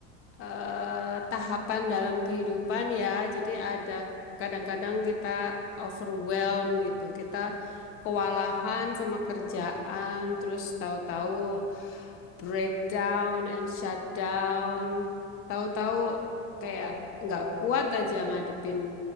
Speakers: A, on the left; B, on the left.
A: eh, tahapan dalam kehidupan ya. Jadi ada kadang-kadang kita overwhelm gitu. Kita kewalahan sama kerjaan, terus tahu-tahu breakdown and shutdown. Tahu-tahu kayak
B: Oh,
A: nggak
B: oh,
A: kuat
B: oh.
A: aja ngadepin